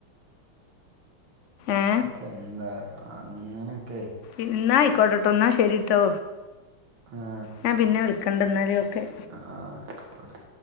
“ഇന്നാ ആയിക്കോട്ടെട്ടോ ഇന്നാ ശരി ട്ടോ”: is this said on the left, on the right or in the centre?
Left